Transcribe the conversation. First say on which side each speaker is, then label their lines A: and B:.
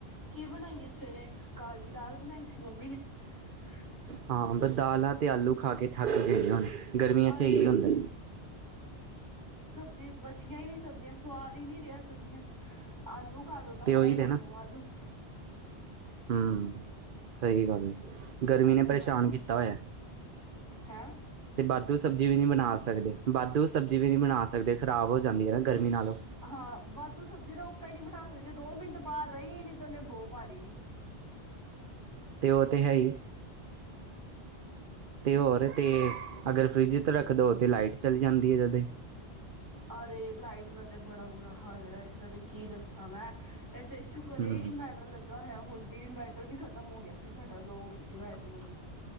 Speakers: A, on the right; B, on the right.
A: ਕੀ ਬਣਾਈ ਹੈ ਸਵੇਰੇ ਕਾਲੀ ਦਾਲ ਬਣਾਈ ਸੀ ਮੰਮੀ ਨੇ <unintelligible>
B: ਹਾਂ ਤੇ ਦਾਲਾਂ ਤੇ ਆਲੂ ਖਾ ਕੇ ਥੱਕ ਕੇਏ ਹੋਣ ਗਰਮੀਆਂ
A: ਔਰ
B: ਚ ਇਹੀ
A: ਇਹ
B: ਹੁੰਦਾ
A: ਤੇ ਬਚਿਆ ਹੀ ਨਹੀਂ ਚੱਲ ਰਿਹਾ ਸਵਾਦ ਹੀ ਨਹੀਂ ਰਿਹਾ ਸਰਦੀਆਂ ਚ ਆਲੂ। ਖਾ ਲੋ ਦਾਲਾਂ
B: ਤੇ ਉਹੀ
A: ਖਾ
B: ਤੇ
A: ਲ
B: ਨਾ
A: ਲੋ ਆਲੂ।
B: ਹੂੰ ਸਹੀ ਗੱਲ। ਗਰਮੀ
A: ਆਲੂ
B: ਨੇ ਪਰੇਸ਼ਾਨ
A: ਦਾਲਾਂ
B: ਕੀਤਾ ਹੋਇਆ
A: ਹੈਂ
B: ।ਤੇ ਵਾਧੂ ਸਬਜ਼ੀ ਵੀ ਨਹੀਂੀ ਬਣਾ ਸਕਦੇ। ਵਾਧੂ ਸਬਜ਼ੀ ਵੀ ਨਹੀਂੀ ਬਣਾ ਸਕਦੇ ਖ਼ਰਾਬ ਜਾਂਦੀਆਂ ਨਾ। ਗਰਮੀ ਨਾਲੋਂ
A: ਹਾਂ ਵਾਧੂ ਸਬਜ਼ੀ <unintelligible> ਨੀ ਬਣਾ ਸਕਦੇ ਦੋ ਮਿੰਟ ਬਾਹਰ ਰਹੀ ਨ ਤੇ ਉਹਨੇ ਬੋਹ ਮਾਰੀ ਨੀ
B: ਤੇ ਉਹ ਤੇ ਹੈ ਹੀ ਏ ਤੇ ਹੋਰ ਤੇ ਅਗਰ ਫਰਿੱਜ ਰੱਖ ਦੋ ਤੇ ਲਾਈਟਸ ਚਲੀ ਜਾਂਦੀ ਹੈ ਤਦੇ
A: ਅਰੇ ਲਾਈਟ ਦਾ ਤੇ ਬੜਾ ਬੁਰਾ ਹਾਲ ਹੈ ਲਾਈਟ ਦਾ ਤੇ ਕੀ ਦੱਸਾਂ ਮੈਂ ਇੱਥੇ ਸ਼ੁਕਰ
B: ਹੂੰ
A: ਇਹ ਇਨਵੈਰਟਰ ਲੱਗਾ ਹੋਇਆ ਹੁਣ ਵੀ ਇਨਵੈਰਟਰ ਵੀ ਖ਼ਤਮ ਹੋ ਗਿਆ । ਸੀ ਸਾਡਾ ਲੋ ਹੋ ਗਈ ਸੀ ਬੈਟਰੀ ਉਹਦੀ